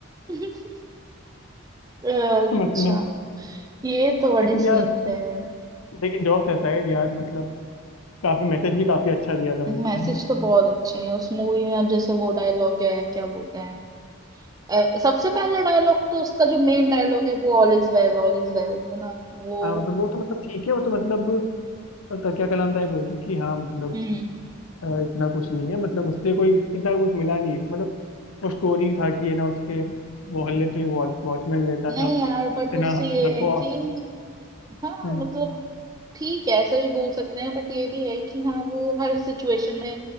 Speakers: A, on the right; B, on the left.
A: हम्म। <laughs> अच्छा
B: <laughs> मतलब
A: ये तो बड़े
B: लेकिन
A: सीन
B: यार
A: थे यार
B: लेकिन जॉब असाइड यार मतलब काफी मैसेज भी काफी अच्छा दिया था उन्होंने
A: मैसेज
B: है ना
A: तो बहुत अच्छे हैं उस मूवी में अब जैसे वो डायलॉग है क्या बोलते हैं अ, सबसे पहले डायलॉग तो उसका जो मेन डायलॉग है वो all is well all is well है ना वो
B: हाँ मतलब वो तो मतलब ठीक है वो तो मतलब अ, तकिया कलाम टाइप हो गया कि हाँ मतलब
A: हम्म
B: अ, इतना कुछ नहीं है मतलब उससे कोई इतना कुछ मिला नहीं है मतलब वो स्टोरी था कि है ना उसके मोहल्ले पे वॉचमैन लेता
A: नहीं
B: था
A: यार बट
B: है
A: उससे
B: ना
A: ये
B: सबको
A: है कि हाँ
B: हम्म,
A: मतलब ठीक है ऐसा भी बोल सकते हैं बट ये भी है कि हाँ वो हर सिचुएशन में